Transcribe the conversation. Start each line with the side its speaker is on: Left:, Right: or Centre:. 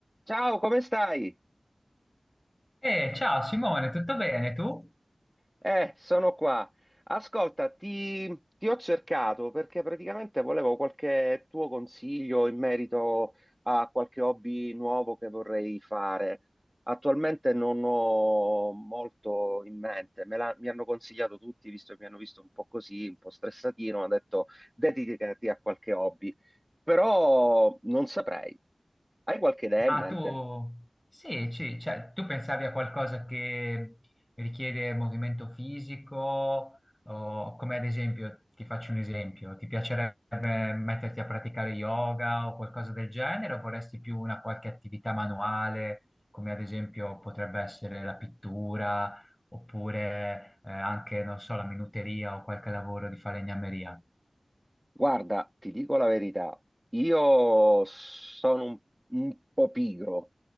Centre: Ciao, come stai?
Left: Eh, ciao Simone, tutto bene tu?
Centre: Eh, sono qua. Ascolta, ti, ti ho cercato perché praticamente volevo qualche tuo consiglio in merito a qualche hobby nuovo che vorrei fare. Attualmente non ho molto in mente, me la- mi hanno consigliato tutti, visto che mi hanno visto un po' così, un po' stressatino, hanno detto dedicati a qualche hobby, però non saprei. Hai qualche idea
Left: Ma
Centre: in mente?
Left: tu, sì, ci- cioè, tu pensavi a qualcosa che richiede movimento fisico, o come ad esempio, ti faccio un esempio, ti piacerebbe metterti a praticare yoga o qualcosa del genere, o vorresti più una qualche attività manuale, come ad esempio potrebbe essere la pittura, oppure eh, anche, non so, la minuteria o qualche lavoro di falegnameria?
Centre: Guarda, ti dico la verità, io sono un, un po' pigro.